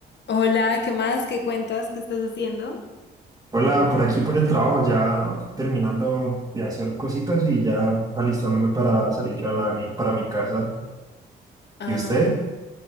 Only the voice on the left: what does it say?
Hola, ¿qué más? ¿Qué cuentas? ¿Qué estás haciendo?
Ah,